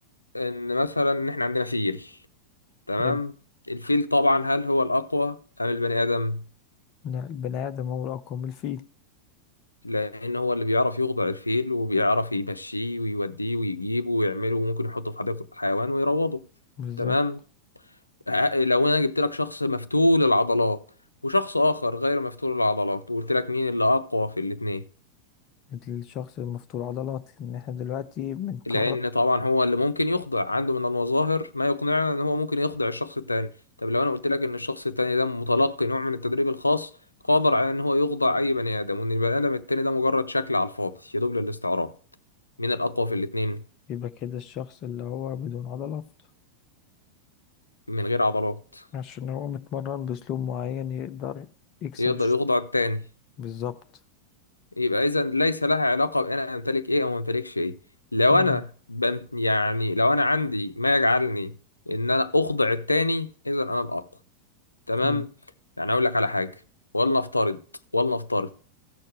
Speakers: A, on the left; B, on the left.
A: إن مثلا إن إحنا عندنا فيل تمام
B: حلو.
A: الفيل طبعا هل هو الأقوى أم البني آدم؟
B: لا البني آدم هو الأقوى من الفيل
A: لأن هو اللي بيعرف يخضع الفيل وبيعرف يمشيه ويوديه ويجيبه ويعمله وممكن يحطه في حديقة الحيوان ويروضه
B: بالظبط
A: تمام ع- لو أنا جبت لك شخص مفتول العضلات وشخص آخر غير مفتول العضلات وقلت لك مين اللي أقوى في الاتنين
B: الشخص المفتول عضلات لأن احنا دلوقتي بنقرر
A: لأن طبعا هو اللي ممكن يخضع عنده من المظاهر ما يقنعنا إن هو ممكن يخضع الشخص التاني طب لو أنا قلت لك إن الشخص التاني ده متلقي نوع من التدريب الخاص قادر على إن هو يخضع أي بني آدم وإن البني آدم التاني ده مجرد شكل على الفاضي يدوب للاستعراض مين الأقوى في الاتنين
B: يبقى كده الشخص اللي هو بدون عضلات
A: من غير عضلات
B: عشان هو متمرن بأسلوب معين يقدر يكسب
A: يقدر
B: الشخص
A: يخضع التاني
B: بالظبط
A: يبقى إذا ليس لها علاقة بأن أنا أمتلك إيه أو ما أمتلكش إيه لو
B: امم
A: أنا بم يعني لو أنا عندي ما يجعلني إن أنا أخضع التاني إذا أنا الأقوى تمام
B: فهمت
A: يعني اقول لك على حاجه ولنفترض ولنفترض